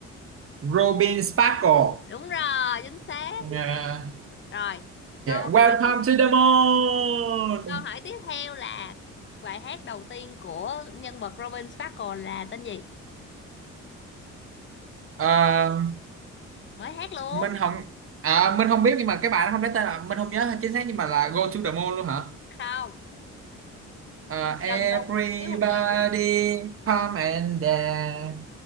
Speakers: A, on the right (about 45°); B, on the left (about 40°).
A: Robin Sparkle
B: đúng rồi chính xác
A: à, yeah
B: rồi câu
A: Welcome
B: hỏi tiếp theo
A: to the moon
B: Câu hỏi tiếp theo là bài hát đầu tiên của nhân vật Robin Sparkle là tên gì?
A: à,
B: Mới hát luôn.
A: mình không à, mình không biết nhưng mà cái bài nó không lấy tên là mình không nhớ chính xác nhưng mà là Go to the moon luôn hả
B: Không,
A: à,
B: gần
A: everybody
B: đúng, thiếu một chữ.
A: come and dance